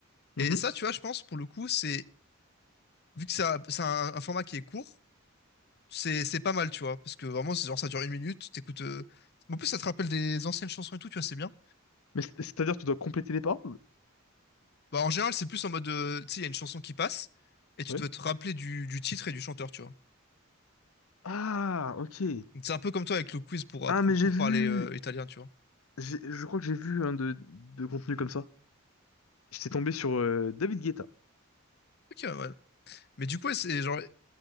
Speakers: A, on the left; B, on the left.
A: Mhm.
B: Et ça, tu vois, je pense, pour le coup, c'est, vu que c'est un, c'est un- un format qui est court, c'est, c'est pas mal, tu vois. Parce que vraiment, c'est genre, ça dure une minute, t'écoutes, euh, En plus, ça te rappelle des anciennes chansons et tout, tu vois, c'est bien.
A: Mais c'est- c'est-à-dire, tu dois compléter les paroles.
B: Bah, en général, c'est plus en mode, euh, tu sais, il y a une chanson qui passe, et tu
A: Ouais.
B: dois te rappeler du, du titre et du chanteur, tu vois.
A: Ah, ok.
B: Donc, C'est un peu comme toi avec le quiz pour,
A: Ah,
B: euh, pour,
A: mais
B: pour
A: j'ai vu,
B: parler, euh, italien, tu vois.
A: j'ai- je crois que j'ai vu un de, de contenu comme ça. J'étais tombé sur euh, David Guetta.
B: Ok, ouais. Mais du coup, ouais, c'est genre,